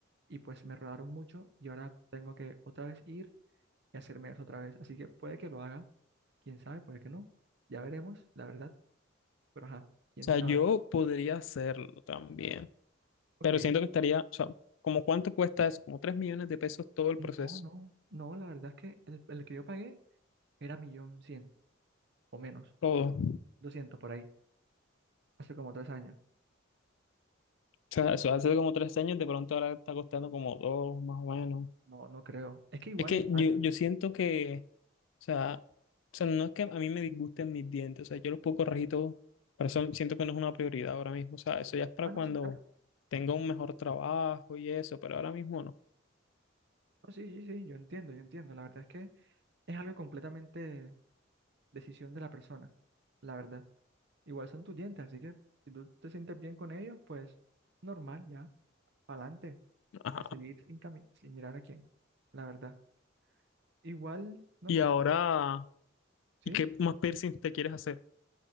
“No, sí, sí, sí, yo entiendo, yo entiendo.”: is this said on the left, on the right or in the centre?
Right